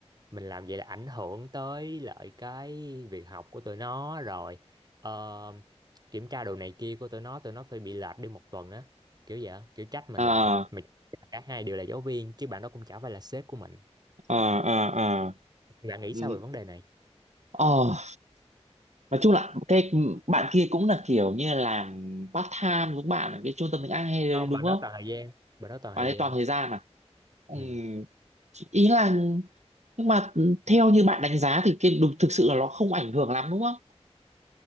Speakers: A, on the right; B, on the right.
A: mình làm vậy là ảnh hưởng tới lại cái việc học của tụi nó rồi ờ, kiểm tra đồ này kia của tụi nó tụi nó phải bị lệch đi một tuần á kiểu vậy á, kiểu trách mình
B: à
A: lại mình cả hai đều là giáo viên chứ bạn đó cũng chả phải là sếp của mình
B: à à à
A: bạn nghĩ
B: ừ.
A: sao về vấn đề này
B: Ờ, nói chung là cái bạn kia cũng là kiểu như làm part time giống bạn ở cái trung tâm tiếng Anh hay
A: không
B: đúng
A: bạn
B: không
A: đó toàn thời gian bạn đó toàn thời
B: bạn ấy
A: gian
B: toàn thời gian à Ừm,
A: ừ.
B: ý là nhưng mà theo như bạn đánh giá thì cái đúng thực sự là nó không ảnh hưởng lắm đúng không